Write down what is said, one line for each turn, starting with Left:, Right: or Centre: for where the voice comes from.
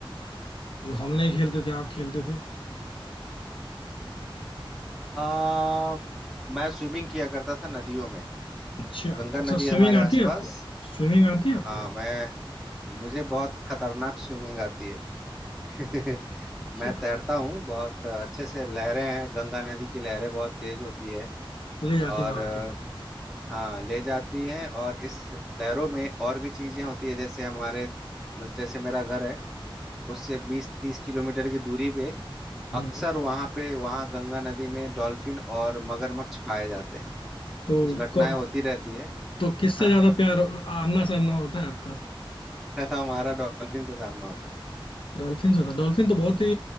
Left: जो हम नहीं खेलते थे आप खेलते थे
Centre: आ, मैं स्विमिंग किया करता था नदियों में
Left: अच्छा
Centre: गंगा
Left: अच्छा
Centre: नदी है
Left: स्विमिंग
Centre: हमारे
Left: आती
Centre: आसपास
Left: है आपको स्विमिंग आती है आपको
Centre: हाँ मैं मुझे बहुत खतरनाक स्विमिंग आती है <laughs>
Left: अच्छा
Centre: मैं तैरता हूँ बहुत अच्छे से लहरें हैं गंगा नदी की लहरें बहुत तेज होती है
Left: ले जाती
Centre: और
Left: वहां
Centre: अ,
Left: के
Centre: हाँ ले जाती हैं और इस लहरों में और भी चीजें होती है जैसे हमारे जैसे मेरा घर है उससे बीस तीस किलोमीटर की दूरी पे
Left: हम्म
Centre: अक्सर वहाँ पे वहाँ गंगा नदी में डॉल्फिन और मगरमच्छ पाए जाते हैं
Left: तो
Centre: कुछ घटनाएं
Left: क-
Centre: होती रहती है
Left: तो किससे
Centre: हाँ
Left: ज्यादा
Centre: हाँ
Left: प्यार आमना सामना होता है आपका
Centre: <laughs> हमारा डॉल्फिन से सामना होता है
Left: डॉल्फिन से होता है डॉल्फिन तो बहुत ही